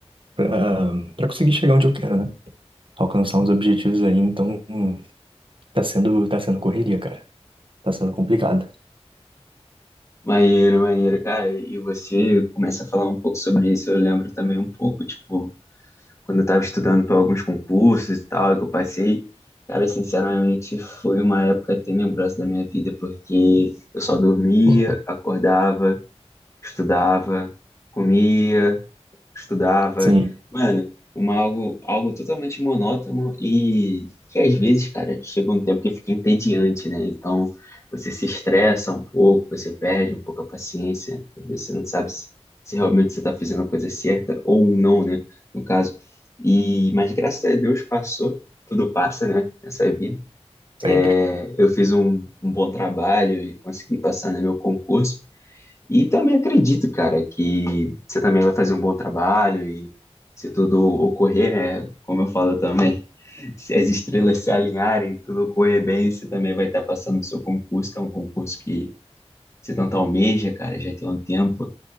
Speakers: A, on the right; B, on the left.
A: pra, pra conseguir chegar onde eu quero, né? Alcançar uns objetivos aí, então hum, tá sendo, tá sendo correria, cara. Tá sendo complicado.
B: Maneiro, maneiro, cara. E você começa a falar um pouco sobre isso, eu lembro também um pouco, tipo. quando eu estava estudando para alguns concursos e tal, que eu passei, cara, sinceramente foi uma época tenebrosa da minha vida, porque eu só dormia,
A: Pô,
B: acordava, estudava, comia, estudava.
A: Sim,
B: Mano, uma, algo, algo totalmente monótono e que às vezes, cara, chega um tempo que fica entediante, né? Então você se estressa um pouco, você perde um pouco a paciência, às vezes você não sabe se, se realmente você está fazendo a coisa certa ou não, né? No caso. E, mas graças a Deus passou, tudo passa, né? Nessa vida.
A: sempre.
B: É, eu fiz um, um bom trabalho e consegui passar no meu concurso. E também acredito, cara, que você também vai fazer um bom trabalho e se tudo ocorrer, né? Como eu falo também, se as estrelas se alinharem, tudo ocorrer bem, você também vai estar passando no seu concurso, que é um concurso que você tanto almeja, cara, já tem um tempo.